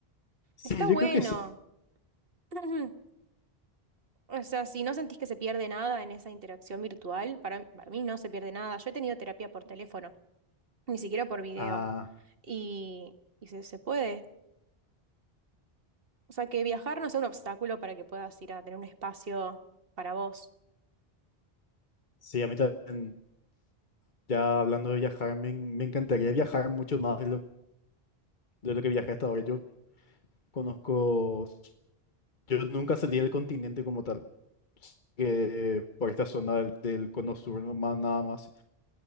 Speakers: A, on the left; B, on the right.
A: Sí,
B: Está
A: yo
B: bueno.
A: creo que sí.
B: <clears throat> O sea, si no sentís que se pierde nada en esa interacción virtual, para, para mí no se pierde nada. Yo he tenido terapia por teléfono. ni siquiera por video.
A: Ah,
B: Y, y se, se puede. O sea, que viajar no sea un obstáculo para que puedas ir a tener un espacio para vos.
A: sí, a mí también, ya hablando de viajar, me, en- me encantaría viajar mucho más de lo, de lo que viajé hasta ahora. Yo Conozco, yo nunca salí del continente como tal, que eh, por esta zona del, del cono sur nomás, nada más.